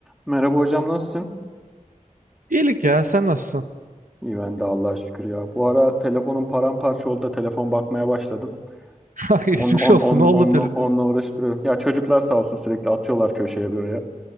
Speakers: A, in the centre; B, on the right (about 75°).
A: Merhaba hocam nasılsın?
B: İyilik ya sen nasılsın?
A: İyi ben de Allah'a şükür ya. Bu ara telefonum paramparça oldu da telefon bakmaya başladım.
B: <laughs> Geçmiş
A: On, on,
B: olsun
A: on,
B: ne
A: onunla,
B: oldu telefonu?
A: onunla uğraştırıyorum. Ya çocuklar sağ olsun sürekli atıyorlar köşeye buraya.